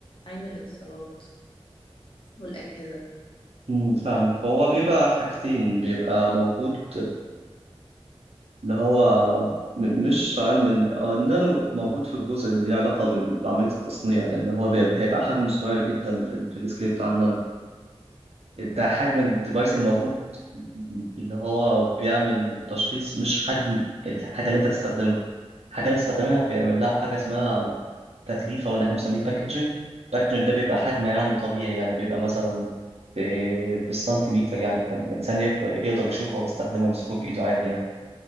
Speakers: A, on the left (about 50°); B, on the right (about 70°).
A: علم الاتصالات والأجهزة
B: مم، فاهمك هو بيبقى حاجتين بيبقى موجود اللي هو م- مش علم الن- آه، النانو موجود في الجزء اللي ليه علاقة بال- بعملية التصنيع لأن هو بيبقى- هيبقى حجمه صغير جدا في, ال- في السكيل بتاع النانو ده حجم الديفايس الموجود اللي هو بيعمل تشخيص مش حجم الحاجة اللي أنت تستخدمها الحاجة اللي أنت تستخدمها بيعمل لها حاجة اسمها تغليف أو اللي احنا بنسميه باكجنج باكجنج ده بيبقى حجم يعني طبيعي يعني بيبقى مثلا ب- بالسنتيمتر يعني فالإنسان يقدر يقدر يشوفه ويستخدمه ويمسكه بإيده عادي يعني